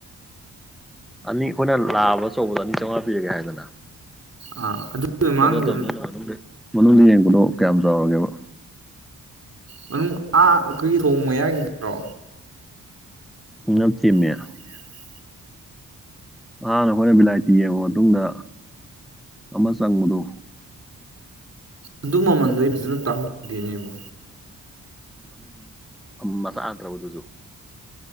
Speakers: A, in the centre; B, on the right.
A: ꯑꯅꯤ ꯑꯩꯈꯣꯏꯅ ꯂꯥꯛꯑꯕ ꯑꯆꯧꯕꯗ ꯑꯅꯤ ꯆꯥꯝꯃꯉꯥ ꯄꯤꯔꯒꯦ ꯍꯥꯏꯗꯅ
B: ꯑꯥ ꯑꯗꯨꯒꯤ ꯃꯃꯥꯡꯒꯤꯗꯨ
A: ꯑꯗꯨ ꯅꯠꯇꯕꯅꯤꯅ ꯃꯅꯨꯡꯗ ꯌꯦꯡꯕꯅꯣ ꯀꯌꯥꯝ ꯆꯥꯎꯔꯒꯦꯕ
B: ꯃꯅꯨꯡ ꯑꯥ ꯑꯩꯈꯣꯏꯒꯤ ꯊꯣꯡ ꯃꯌꯥꯒꯤꯗ꯭ꯔꯣ
A: ꯎ ꯉꯠꯇꯌꯥ
B: ꯅꯠꯇꯦꯅꯦ ꯑꯉꯥꯡ
A: ꯑꯍꯥꯟꯅ ꯑꯩꯈꯣꯏꯅ ꯕꯤꯂꯥꯏꯇꯤ ꯌꯦꯡꯉ ꯃꯇꯨꯡꯗ ꯑꯃ ꯆꯪꯕꯗꯣ
B: ꯑꯗꯨ ꯃꯃꯟꯗꯣ ꯑꯩ ꯐꯖꯅ ꯇꯥꯍꯧꯗꯅꯦꯕ
A: ꯎ ꯃꯆꯥꯠꯇ꯭ꯔꯕ ꯑꯗꯨꯁꯨ